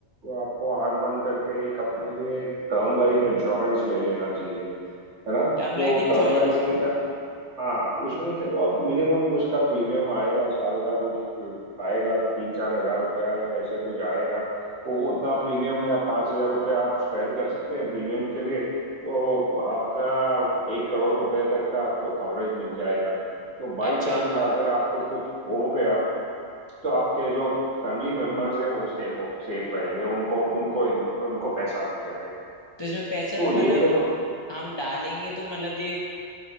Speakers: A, on the right; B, on the left.
A: आपको आंख बंद करके एक अपने लिए एक टर्म लाइफ इंश्योरेंस ले लेना चाहिए है ना तो
B: Term life insurance
A: टर्म लाइफ में क्या हाँ उसमें क्या वो आप मिनिमम उसका प्रीमियम आएगा साल का कुछ आएगा तीन चार हजार रुपया या ऐसा कुछ आएगा वो उतना प्रीमियम या पाँच हजार रुपया आप स्पेयर कर सकते हैं प्रीमियम के लिए तो आपका एक करोड़ रुपए तक का आपको कवरेज मिल जाएगा तो बाई
B: अच्छा
A: चांस अगर आपको कुछ हो गया तो आपके जो फैमिली मेंबर्स हैं वो सेफ हो सेफ रहेंगे उनको उनको उनको पैसा मिल जाएगा
B: तो इसमें पैसा
A: तो
B: मतलब
A: ये तो
B: हम डालेंगे तो मतलब ये